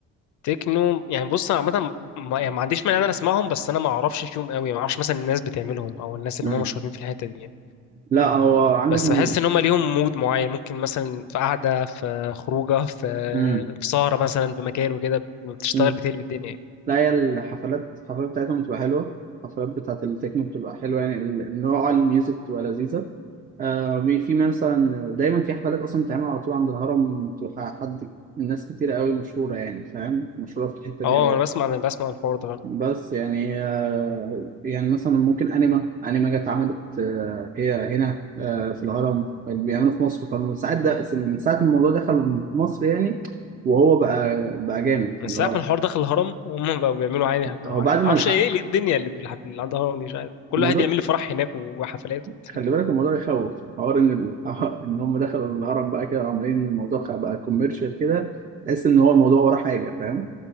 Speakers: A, on the left (about 70°); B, on the right (about 30°).
A: تكنو يعني بص انا عامه ما يعني ما عنديش مانع ان انا اسمعهم بس انا ما اعرفش فيهم قوي ما اعرفش مثلا الناس بتعملهم او الناس اللي
B: مم.
A: هم مشهورين في الحته دي يعني.
B: لا هو عندك
A: بس
B: من
A: بحس ان هم ليهم مود معين ممكن مثلا في قعده في خروجه في
B: مم.
A: في سهره مثلا في مكان وكده بتشتغل
B: مم.
A: بتقلب الدنيا يعني.
B: لا هي الحفلات الحفلات بتاعتهم بتبقى حلوة الحفلات بتاعت التكنو بتبقى حلوة يعني ال- نوع الميوزك بتبقى لذيذة آه بي- في مثلا دايما في حفلات أصلا بتتعمل على طول عند الهرم بتبقى حد ناس كتيرة قوي مشهورة يعني فاهم مشهورة في الحتة دي
A: اه
B: قوي
A: انا بسمع انا بسمع الحوار ده فعلا.
B: بس يعني آه يعني مثلا ممكن أنيما أنيما جت عملت آه هي هنا آه في الهرم بيعملوا في مصر فمن ساعة ده من ساعة ما الموضوع دخل مصر يعني وهو بقى بقى جامد
A: من
B: اللي
A: ساعة
B: هو
A: ما الحوار دخل الهرم هم بقوا بيعملوا عادي بيعملوا
B: هو
A: عادي
B: بعد
A: معرفش
B: ما الحق
A: ايه ليه الدنيا اللي في الحفل اللي عندها هرم دي مش عارف كل
B: الموضوع
A: واحد يعمل لي فرح هناك وحفلات وبتاع
B: خلي بالك الموضوع يخوف حوار ان ال... <laughs> ان هم دخلوا الهرم بقى كده عاملين الموضوع خ- بقى كوميرشال كده تحس ان هو الموضوع وراه حاجه فاهم